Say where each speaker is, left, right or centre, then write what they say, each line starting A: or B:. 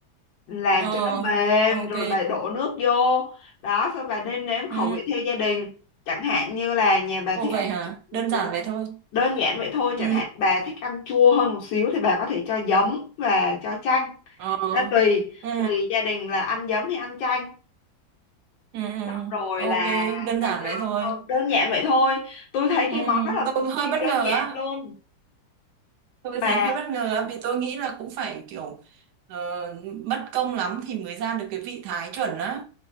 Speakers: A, on the left; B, on the right.
A: làm
B: ờ
A: cho nó mềm
B: ok
A: rồi bà đổ nước vô đó xong bà nêm nếm khẩu
B: ừ
A: vị theo gia đình chẳng hạn như là nhà bà
B: ồ
A: thích ăn
B: vậy hả
A: chu- ừ,
B: đơn
A: đúng
B: giản vậy
A: rồi.
B: thôi
A: đơn giản vậy thôi
B: ừ
A: chẳng hạn bà thích ăn chua hơn một xíu thì bà có thể cho giấm và cho chanh
B: ờ
A: Đó, tùy
B: ừ
A: tùy gia đình là ăn giấm hay ăn chanh
B: ừ ừ.
A: xong rồi
B: ok
A: là
B: đơn
A: bà
B: giản
A: cho
B: vậy thôi
A: ừ, đơn giản vậy thôi tôi thấy
B: ừ
A: cái món rất là
B: tôi
A: cực
B: hơi
A: kỳ
B: bất
A: đơn
B: ngờ
A: giản
B: á
A: luôn
B: tôi
A: mà
B: thấy hơi bất ngờ á vì tôi nghĩ là cũng phải kiểu ờ, mất công lắm thì mới ra được cái vị thái chuẩn á